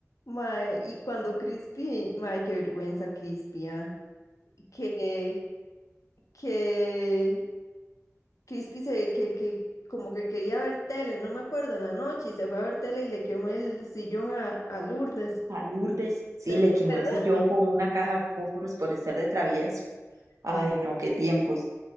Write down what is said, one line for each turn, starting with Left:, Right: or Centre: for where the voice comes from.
Left: Mae, y cuando Crispy, mae, qué vergüenza Crispy, ah, Que, que Crispy se, que, que como que quería ver tele, no me acuerdo, en la noche, y se fue a ver tele y le quemó el sillón a, a Lourdes.
Right: A Lourdes, sí,
Left: ¿Te acuerdas?
Right: le quemó el sillón con una caja de fósforos por estar de travieso.
Left: <laughs>
Right: Ay, no, qué tiempos.